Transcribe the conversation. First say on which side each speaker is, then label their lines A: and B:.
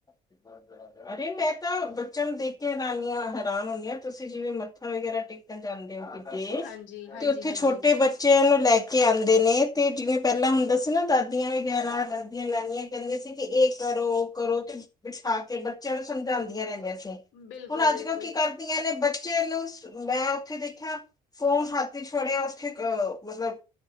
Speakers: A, on the left; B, on the left.
A: ਆ ਕੜਾ ਹਾਂਜੀ ਮੈਂ ਤਾਂ ਬੱਚਿਆਂ ਨੂੰ ਦੇਖ ਕੇ ਹੈਰਾਨ ਹਾਂ ਹੈਰਾਨ ਹੁੰਦੀ ਹ ਤੁਸੀਂ ਜਿਵੇਂ ਮੱਥਾ ਵਗੈਰਾ ਟੇਕਣ ਜਾਂਦੇ ਹੋ ਤੁਸੀਂ
B: ਹਾਂਜੀ ਹਾਂਜੀ
A: ਉੱਥੇ
B: ਹਾਂਜੀ
A: ਛੋਟੇ ਬੱਚੇ ਬੱਚਯਾ ਨੂੰ ਲੈ ਕੇ ਆਂਦੇ ਨੇ ਤੇ ਜਿਵੇਂ ਪੈਲਾਂ ਹੁੰਦਾ ਸੀ ਨਾ ਦਾਦੀਆਂ ਵਗੈਰਾ ਦਾਦੀਆਂ, ਨਾਨੀਆਂ ਕੈਂਦਿਯਾਂ ਸੀ ਕਿ ਏ ਕਰੋ, ਕਰੋ ਤੇ ਬਿਠਾ ਕੇ ਬੱਚੇਆ ਨੂੰ ਸਮਝਾਂਦੀਆਂ ਰੈਂਦੀਆਂ ਸੀ,
B: ਬਿਲਕੁਲ
A: ਹੁਨ
B: ਬਿਲਕੁਲ
A: ਅੱਜ-ਕੱਲ ਕੀ ਕਰ ਕਈਆਂ ਦੇ ਬੱਚੇਆ ਨੂੰ ਮੈਂ ਓਥੇ ਦੇਖਯਾ ਫੋਨ ਹੱਥ ਇੱਚ ਫੜਿਆ ਓਥੇ ਅ ਮਤਲਬ,